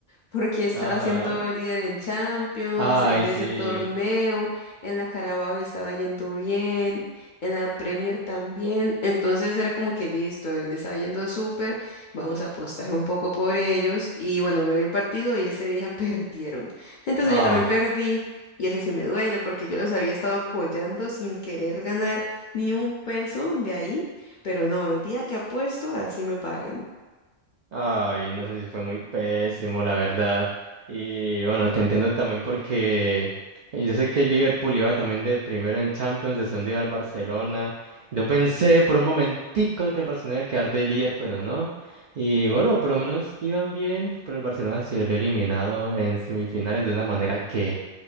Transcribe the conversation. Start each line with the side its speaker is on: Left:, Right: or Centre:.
Left: porque estaba
Right: Ajá.
Left: siendo líder en Champions,
Right: Ay,
Left: en
Right: sí.
Left: ese torneo, en la Carabao le estaba yendo bien, en la Premier también. Entonces era como que listo, le estaba yendo súper. Vamos a apostar un poco por ellos. Y bueno, me vi el partido y ese día <laughs> perdieron. Entonces
Right: Ah.
Left: yo también perdí y ese sí me duele porque yo los había estado apoyando sin querer ganar ni un peso de ahí. Pero no, el día que apuesto, así me pagan.
Right: Ay, no sé si fue muy pésimo, la verdad. Y bueno, te entiendo también porque eh, yo sé que el Liverpool iba también de primero en Champions, de segundo iba el Barcelona. Yo pensé por un momentico que el Barcelona iba a quedar de líder, pero no. Y bueno, por lo menos iban bien, pero el Barcelona se había eliminado en semifinales de una manera que